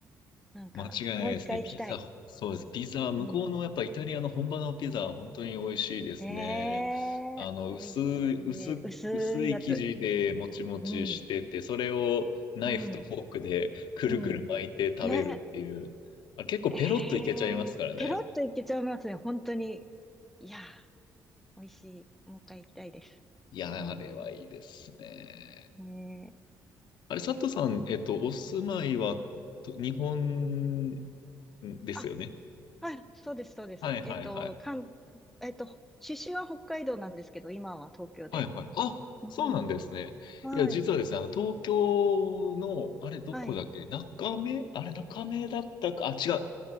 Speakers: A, in the centre; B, on the left (about 70°).
A: なんか、
B: 間違いないですね。
A: もう一回行きたい。
B: ピザ、そうです。ピザ、向こうのやっぱイタリアの本場のピザは本当に美味しいですね。
A: うん。ねえ、
B: あの、
A: 美味しい。
B: 薄い、薄、
A: 薄いやつ。
B: 薄い生地でもちもちしてて、
A: うん、
B: それをナイフとフォークでくるくる巻いて食べるっていう。
A: うん、うん。ね
B: あれ結構ペロッといけちゃいますからね。
A: え、えー、ペロッといけちゃいますね、本当に。いやー、美味しい。もう一回行きたいです。
B: いや、
A: うん、
B: あれはいいですね。
A: ねえ。
B: あれ、佐藤さん、えっと、お住まいはと日本ですよね。
A: あ、はい、そうです、そうです。
B: はいはいはい。
A: えっと、関、えっと、出身は北海道なんですけど、今は東京で。
B: はいはい。あ、
A: うん。
B: そうなんですね。
A: はい、
B: いや、実はですね、あの、東京の、あれ、どこだっけ中目あれ、
A: はい、
B: 中目だったか、あ、違う。